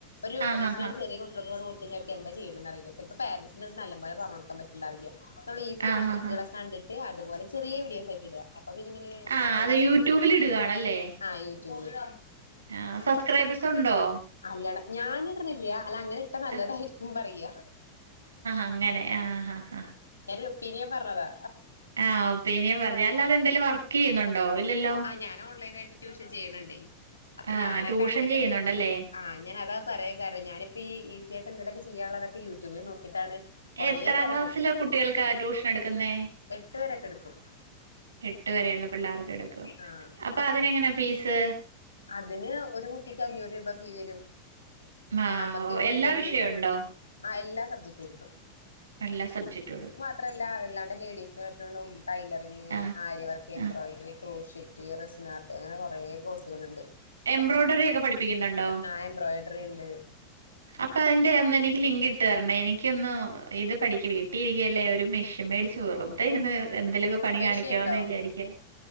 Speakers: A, on the left (about 75°); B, on the right (about 70°).
A: ഒരു
B: ആഹ്
A: അഡീഷനായിട്ട്
B: ആഹ് ആഹ്
A: ചെറിയ കു ഉള്ള ക്കപാടെ കൊടുത്ത് കഴിഞ്ഞ അവർക്ക് എന്താ ചെയ്യണ്ടെന്നറിയില്ല ചെലപ്പോ പാരൻസിന് നല്ലം പോലെ പർഞ് കൊടുക്കാം പറ്റ്ണ്ടാവില്ല്യ നമ്മള് ഈസി ആയ്ട്ടുള്ള
B: ആഹ്
A: ട്രിക്കുകളക്കെ
B: ആഹ്
A: കണ്ടിട്ട് അതുപോലെ ചെറിയ വീഡിയോസ് ആയിട്ട് ഇട അപ്പൊ പിന്നെ ഇങ്ങനെ
B: ആഹ് അത്
A: റീച്ച്
B: യൂട്യൂബിൽ
A: ആയിട്ട് വരും
B: ഇടുകയാണല്ലേ
A: ആ യൂടൂബില്
B: ആഹ് സബ്സ്ക്രൈബേഴ്സ് ഉണ്ടോ
A: അല്ലട ഞാനിട്ണ്ല്ല അല്ല അങ്ങനെ ട്ട നല്ലതായിരിക്കും
B: ആ
A: പറയാ
B: അങ്ങനെ ആഹ് ഹാ ആഹ്
A: ഞാനൊരു ഒപ്പീനിയൻ പർഞ്ഞതാ
B: ആഹ് ഒപ്പീനിയൻ പർഞ്ഞതാ. അല്ലാത എന്തെലും വർക്കെയ്യുന്നുണ്ടോ ഇല്ലല്ലോ.
A: ആഹ് ഞാൻ ഓൺലൈൻ ആയിട്ട് ട്യൂഷൻ ചെയ്യണ്‌ണ്ടേ അപ്പൊ
B: ആഹ്
A: ഞാനൊക്കെ
B: ട്യൂഷൻ
A: അങ്ങൻത്തെ
B: ചെയ്യുന്നുണ്ടല്ലേ?
A: ട്രിക് ആഹ് അങ്ങനെ അതാ പറയാം കാരണം ഞാനിപ്പ ഈ ഈസി ആയിട്ട് എന്തെലൊക്കെ ചെയ്യാനുള്ളതൊക്കെ യൂട്യൂബില് നോക്കിയിട്ടാണ് കൊറേ
B: എത്രാം
A: പേരെ
B: ക്ലാസ്സിലാ
A: നോക്കും
B: കുട്ടികൾക്കാ ട്യൂഷൻ എടുക്കുന്നേ
A: എട്ട് വരൊക്കെ എടുക്കും
B: എട്ട് വരെയുള്ള പിള്ളേർക്ക് എടുക്കും
A: ആഹ്
B: അപ്പൊ അതിന എങ്ങനാ ഫീസ്
A: അതിന് ഒരു കുട്ടിക്ക് അഞ്ഞൂറ് രൂപ ഫീ വരും
B: ആഹ്
A: നമ്മക്ക്
B: ഓഹ്
A: ഇരുന്നൂറ്റ
B: എല്ലാ
A: അമ്പത്
B: വിഷയോണ്ടോ?
A: രൂപ കിട്ടും' ആ എല്ലാ സബ്ജക്ട് എടുക്കും
B: എല്ലാ സബ്ജക്‌റ്റെടു
A: ത്രല്ല അല്ലാണ്ടെ ലേഡീസിനെ പറ്റുന്നും ടൈലറിംഗ്
B: ആഹ്
A: ആര്യവർക്ക് എംബ്രോയ്ഡറി
B: ആഹ്
A: <unintelligible> ർഷിറ്റ് <unintelligible> അങ്ങനെ കൊറേ കോഴ്സുകള്ണ്ട്
B: എംബ്രോയ്ഡറിയ ഒക്കെ പഠിപ്പിക്കുന്നുണ്ടോ
A: ആഹ് എംബ്രോയിഡറി ഇണ്ട്
B: പ്പ അയ്ന്റെ ഒന്ന് എനിക്ക് ലിങ്ക് ഇട്ട് തരണേ എനിക്കൊന്ന് ഇത് പഠിക്ക്. വീട്ടി ഇരിക്കുയല്ലേ ഒരു മെഷ്യൻ മേടിച്ച് വെറുതയിരുന്നു എന്തെലൊക്ക പണി
A: മെഷീൻ
B: കാണിക്കാന്ന്
A: ഉണ്ടോ
B: വിചാരിക്ക.